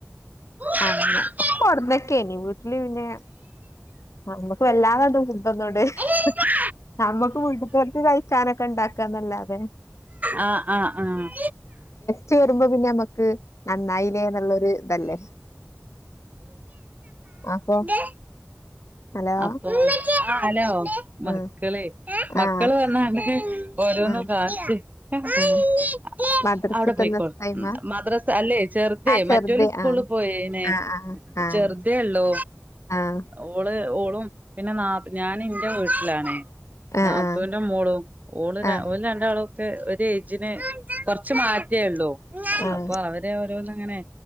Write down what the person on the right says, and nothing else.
ആഹ്
അതെ
ആ ആ ആഹ
ആഹ്
അപ്പൊ ആഹ ഹലോ മക്കളെ
മക്കള്
വന്നാ അന്നക്ക് ഓരോന്നും
കാ <unintelligible>
അവിടെ
പോയിക്കോ
ഉം മദ്രസ അല്ലെ ചെറുതെ
മറ്റൊരു സ്കൂള്
പോയെനെ
ചെറുതേ ഉള്ളു
ഓള്- ഓ ഉം പിന്നെ നാ ഞാൻ ഇന്റെ വീട്ടിലാണെ
നാത്തൂൻന്റെ
മോളും ഓള്
ഓള് രണ്ടാളും - ഒരു ഏജിനു കൊറച്ച് മാറ്റേ ഉള്ളൂ
അപ്പൊ അവരെ ഓരോന്ന്- അങ്ങനെ